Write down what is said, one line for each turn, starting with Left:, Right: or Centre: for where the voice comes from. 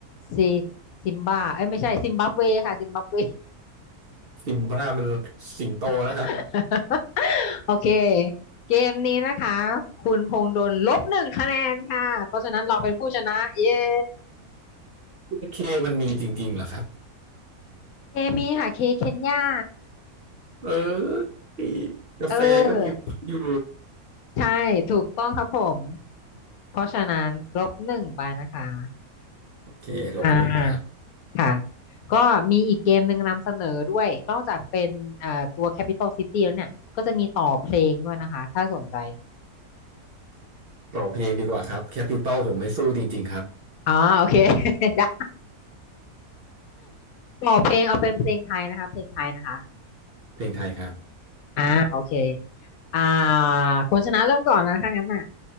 Left: Z ซิมบาเอ้ยไม่ใช่ซิมบับเวค่ะซิมบับเว
Right: ซิมบ้ามันสิงโตแล้วครับ
Left: <laughs> โอเคเกมนี้นะคะคุณพงษ์โดนลบหนึ่งคะแนนค่ะเพราะฉะนั้นเราเป็นผู้ชนะเย้
Right: โอเคมันมีจริงๆเหรอครับ
Left: เคมีค่ะเคเคนยา
Right: เออกาแฟก็มีอยู่
Left: เออ ใช่ถูกต้องครับผมเพราะฉะนั้นลบหนึ่งไปนะคะ
Right: โอเคลบหนึ่งครับ
Left: อ่าค่ะก็มีอีกเกมหนึ่งนำเสนอด้วยนอกจากเป็นเอ่อตัว Capital City แล้วเนี่ยก็จะมีต่อเพลงด้วยนะคะถ้าสนใจ
Right: ต่อเพลงดีกว่าครับแคปิตอลผมไม่สู้จริงๆครับ
Left: อ่อโอเค <laughs> ได้ต่อเพลงเอาเป็นเพลงไทยนะคะเพลงไทยนะคะ
Right: เพลงไทยครับ
Left: อ่าโอเคอ่าคนชนะเริ่มก่อนนะถ้างั้นน่ะ